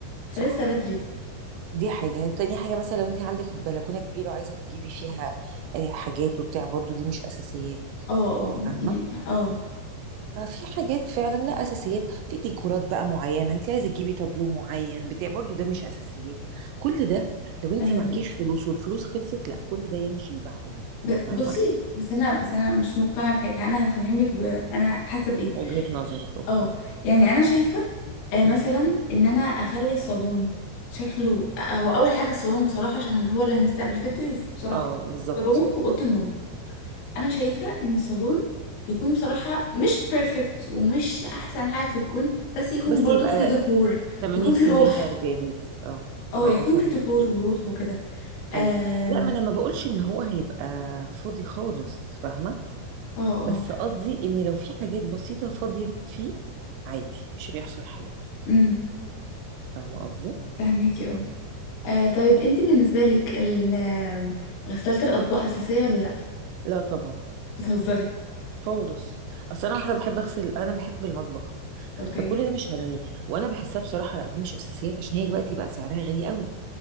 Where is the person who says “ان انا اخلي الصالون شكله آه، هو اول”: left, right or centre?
Left